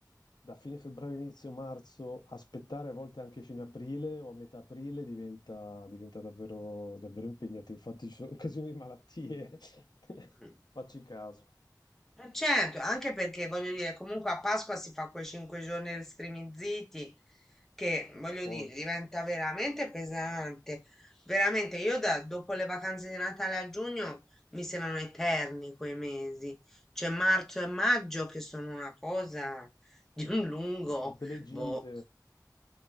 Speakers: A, on the left; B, in the centre.
A: Da fine febbraio, inizio marzo, aspettare a volte anche fine aprile o a metà aprile diventa, diventa davvero, davvero impegnativo. Infatti ci sono <laughs> occasioni di malattie, <laughs>
B: Mm.
A: facci caso.
B: Eh, Certo, anche
A: Sì,
B: perché voglio dire, comunque a Pasqua si fa quei cinque giorni restrinziti che
A: sono
B: voglio
A: pochi,
B: dire, diventa veramente pesante. Veramente, io da- dopo le vacanze di Natale a giugno mi sembrano eterni quei mesi. C'è marzo e maggio che sono una cosa di un lungo,
A: con tutte le gite.
B: boh.